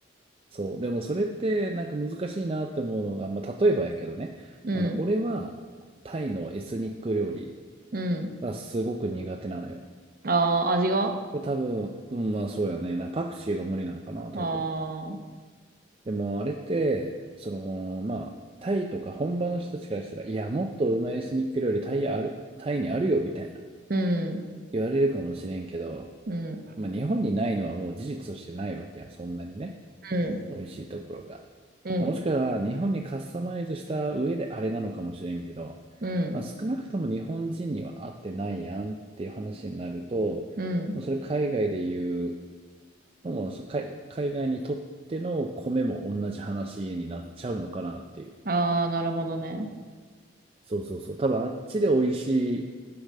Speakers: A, on the right; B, on the right.
A: そう。でもそれってなんか難しいなって思うのが、まあ、例えばやけどね、
B: うん、
A: あの俺はタイのエスニック料理
B: うん。
A: がすごく苦手なのよ。
B: ああ、味があ
A: 多分、うんまあそうやね。なパクチーが無理なんかな、多分。
B: あー、
A: でもあれって、その、まあ、タイとか本場の人たちからしたら、いや、もっとうまいエスニック料理タイある、タイにあるよみたいな
B: うん、
A: 言われるかもしれんけど、
B: うん、
A: まあ、日本にないのはもう事実としてないわけやん、そんなにね。
B: うん、
A: 美味しいところが。
B: うん、
A: もしくは日本にカスタマイズした上であれなのかもしれんけど、
B: うん、
A: まあ、少なくとも日本人には合ってないやんっていう話になると、
B: うん。
A: それ海外で言う、もう海海外にとっての米も同じ話になっちゃうのかなっていう。
B: ああ、なるほどね。
A: そうそうそう。多分あっちで美味しい